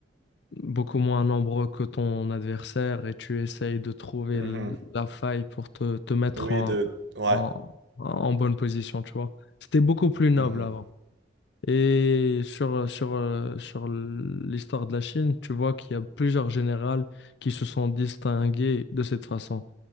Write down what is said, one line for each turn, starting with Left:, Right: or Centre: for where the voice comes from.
Left: beaucoup moins nombreux que ton adversaire, et tu essayes de trouver
Right: Mhm.
Left: l- la faille pour te, te mettre
Right: Oui,
Left: en,
Right: de... Ouais.
Left: en, en bonne position, tu vois. C'était beaucoup plus noble
Right: Mhm.
Left: avant. Et sur, euh, sur, euh, sur l'histoire de la Chine, tu vois qu'il y a plusieurs généraux qui se sont distingués de cette façon,